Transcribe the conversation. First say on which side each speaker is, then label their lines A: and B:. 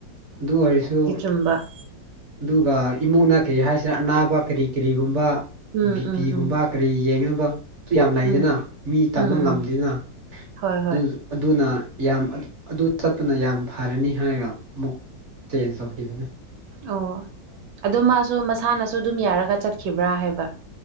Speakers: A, on the right; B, on the right.
A: ꯑꯗꯨ ꯑꯣꯏꯔꯁꯨ
B: ꯇꯨꯝꯝꯕ
A: ꯑꯗꯨꯒ ꯏꯃꯨꯡꯅ ꯀꯔꯤ ꯍꯥꯏꯁꯤꯔ ꯑꯅꯥꯕ ꯀꯔꯤ ꯀꯔꯤꯒꯨꯝꯕ
B: ꯎꯝ
A: ꯕꯤꯄꯤꯒꯨꯝꯕ
B: ꯎꯝ ꯎꯝ
A: ꯀꯔꯤ ꯌꯦꯡꯅꯅꯕꯁꯨ ꯌꯥꯝ ꯂꯩꯗꯅ
B: ꯎꯝ
A: ꯃꯤ ꯇꯝꯕ
B: ꯎꯝ
A: ꯉꯝꯗꯦꯅ
B: ꯎꯝ ꯍꯣꯏ
A: ꯑꯗꯨ
B: ꯍꯣꯏ
A: ꯑꯗꯨꯅ ꯌꯥꯝ ꯑꯗꯨ ꯆꯠꯇꯨꯅ ꯌꯥꯝ ꯐꯔꯅꯤ ꯍꯥꯏꯔꯒ ꯑꯃꯨꯛ ꯇꯖ ꯆꯧꯈꯤꯈꯤꯕꯒꯅꯦ꯫
B: ꯑꯣ ꯑꯗꯣ ꯃꯥꯁꯨ ꯃꯁꯥꯅꯁꯨ ꯑꯗꯨꯝ ꯌꯥꯔꯒ ꯆꯠꯈꯤꯕ꯭ꯔꯥ ꯍꯥꯏꯕ